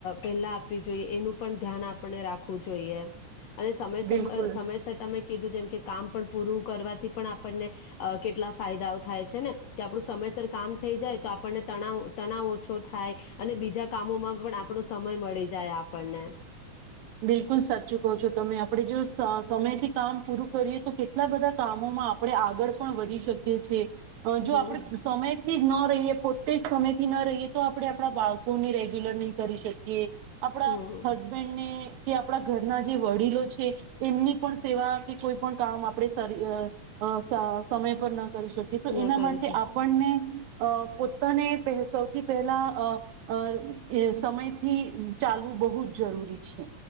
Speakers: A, on the left (about 75°); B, on the right (about 75°).
A: પેલા આપવી જોઈએ એનું પણ ધ્યાન આપણે રાખવું જોઈએ અને સમય સમ
B: બિલકુલ
A: સમયસર તમે કીધું જેમ કે કામ પણ પૂરું કરવાથી પણ આપણને કેટલા ફાયદાઓ થાય છે ને કે આપણું સમયસર કામ થઈ જાય તો આપણને તણાવ તણાવ ઓછો થાય અને બીજા કામોમાં પણ આપણો સમય મળી જાય આપણને
B: બિલકુલ સાચું કહો છો તમે આપડે જો સમયથી કામ પૂરું કરીએ તો કેટલા બધા કામોમાં આપણે આગળ પણ વધી શકીએ છીએ
A: હમ
B: જો આપડે સમય ન રહીએ પોતે જ સમય થી ન રહીએ તો આપડણે આપણા બાળકોને રેગ્યુલર નહી કરી શકીએ આપણા
A: હમ
B: હસબેન્ડ ને કે આપણા ઘરના જે વડીલો છે એમની પણ સેવા કે કોઈ પણ કામ આપણે સમય પર ના કરી તો
A: ન
B: એના
A: કરી
B: માટે
A: શકે
B: આપણને અ પોતાને પ સૌથી પહેલા અ સમયથી ચાલવું બહુ જ જરૂરી છે